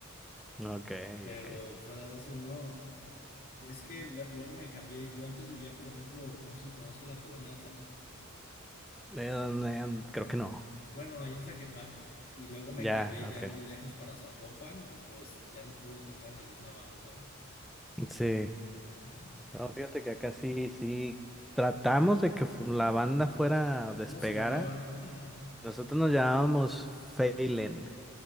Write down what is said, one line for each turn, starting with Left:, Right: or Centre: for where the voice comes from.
Centre: Ok,
Left: <laughs> pero
Centre: ok. Eh,
Left: fuera de eso no. Es que lue- luego me cambié, yo antes vivía, por ejemplo, no sé si conozca la colonia Atlas.
Centre: no, no, creo que no.
Left: Bueno, ahí en Tlaquepaque. Y luego me
Centre: Ya,
Left: cambié ya
Centre: ok.
Left: muy lejos para Zapopan y pues ya no pude tocar en la misma banda, ¿sabes?
Centre: Sí.
Left: Ajá.
Centre: No, fíjate
Left: Pero,
Centre: que acá sí, sí. Tratamos de que fu- la banda fuera despegara
Left: ¿cómo se llamaban? <laughs>
Centre: Nosotros nos llamábamos Phelan.